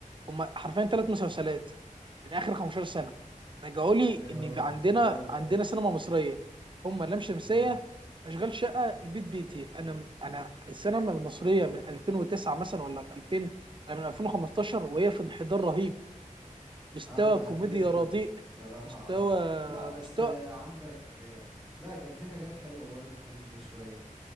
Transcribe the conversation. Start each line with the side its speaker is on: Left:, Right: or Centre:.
Right: هما حرفيا ثلاث مسلسلات من اخر 15 سنه رجعوا لي
Centre: ايه
Right: ان
Centre: هو
Right: في عندنا
Centre: ايه هو التالت
Right: عندنا سينما مصريه هم لام شمسيه
Centre: ايوه
Right: اشغال شقه البيت بيتي انا انا السينما المصريه من 2009 مثلا ولا من 2000 ولا من 2015 وهي في انحدار رهيب مستوى
Centre: اه ده
Right: كوميديا
Centre: كده كده
Right: رديء
Centre: بصراحة
Right: مستوى
Centre: اه لا بس
Right: مستوى
Centre: آه، عندك آه، لا كان في حاجات حلوة برضو الكوميديا شوية